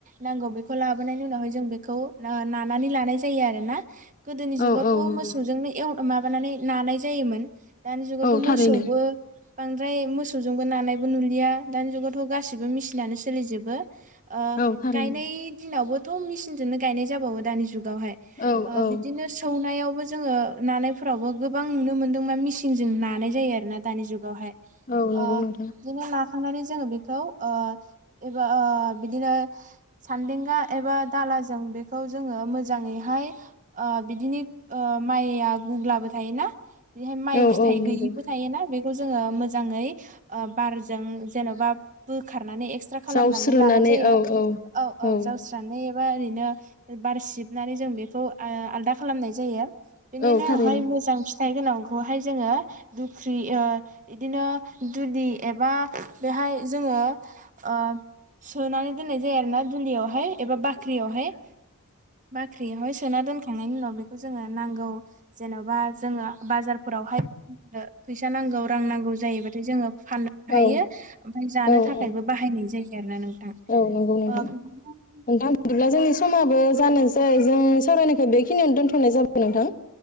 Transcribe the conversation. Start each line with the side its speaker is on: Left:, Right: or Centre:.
Right: नांगौ बेखौ लाबोनायनि उनावहाय जों बेखौ ओ नानानै लानाय जायो आरोना। गोदोनि जुगावथ'
Left: औ औ नंगौ
Right: मोसौजोंनो एव माबानानै नानाय जायोमोन। दानि जुगावथ'
Left: औ थारैनो
Right: मोसौबो बांद्राय मोसौजोंबो नानायबो नुलिया दानि जुगावथ' गाैबो मेसिनानो सोलिजोबो। ओ
Left: औ थारैनो
Right: गायनाय दिनावबो मेसिनजोंनो गायनाय जाबावो दानि जु गावहाय
Left: औ औ
Right: बिदिनो सौनायाव थेवबो जोङो नानायफोरावबो गोबां नुनो मोन्दोंबा मिचनजों नानाय जायो आरो ना दानि जुगावहाय ओ
Left: औ नंगौ नोंथां
Right: दिनो मा थांनानै जोङो बेखौ एबा बिदिनो सानदांगा एबा दाला जों बेखौ जोङो मोजाङैहाय ओ बिदिनो ओ माइआ गुबुब्लाबो थायोना बेहाय माइ
Left: औ
Right: फिथाइ
Left: औ नंगौ
Right: गैयिबो थायोना बे जोङो मो मोजाङै ओ बारजों जेन'बा बोखा रनानै एक्सट्रा खालामनानै
Left: जावस्रोनानै
Right: लानाय जायो
Left: औ औ
Right: औ-औ
Left: औ
Right: जावस्रोनानै <unintelligible> ओरैनो बार सिबनानै जों बेखौ ओ आलदा खालामनाय जायो। बिनिनो
Left: औ थारैनो
Right: आवहाय मोजां फि फिथाइ गोनांखौहाय जोङो दुख्रि ओ बिदिनो दुलि एबा बेहाय जोङो ओ सोनानै दोननाय जायो आरो ना दुलियावहाय एबा बाख्रियावहाय बाख्रियावहाय सोना दोनखा थांनायनि उनाव बेखौ जोङो नांगौ जेन'बा जोङो बाजार फोरावहाय फैसा नांगौ। रां नांगौ जायोबथाय जोङो फाननोबो हायो
Left: औ
Right: ओमफाय
Left: औ
Right: जानो थाखायबो
Left: औ
Right: बाहायनाय जायो। <unintelligible>
Left: औ नंगौ नोंथां
Right: ओ
Left: नोंथां
Right: बिदिनो
Left: बिदिब्ला जोंनि समाबो जानोसै जों सावरायनायखौ बेखिनियावनो दोनथ'नाय जाब <unintelligible> नोंथां